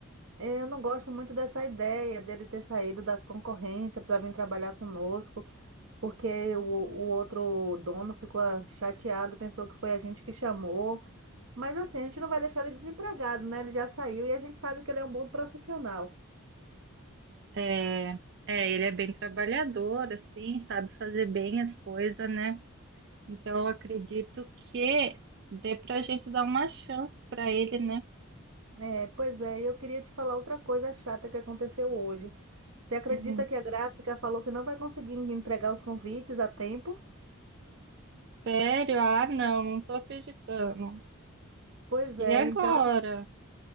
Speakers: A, on the right (about 70°); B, on the right (about 50°).
A: eu não gosto muito dessa ideia dele ter saído da concorrência para vir trabalhar conosco, porque o, o outro dono ficou ah, chateado, pensou que foi a gente que chamou. Mas assim, a gente não vai deixar ele desempregado, né? Ele já saiu e a gente sabe que ele é um bom profissional.
B: É, é, ele é bem trabalhador, assim, sabe fazer bem as coisas, né? Então, eu acredito
A: E-
B: que dê pra gente dar uma chance pra ele, né?
A: É, pois é, e eu queria te falar outra coisa chata que aconteceu hoje. Você acredita
B: Hum,
A: que a gráfica falou que não vai conseguir entregar os convites a tempo?
B: sério? Ah, não, não tô acreditando.
A: Pois é,
B: E agora?
A: então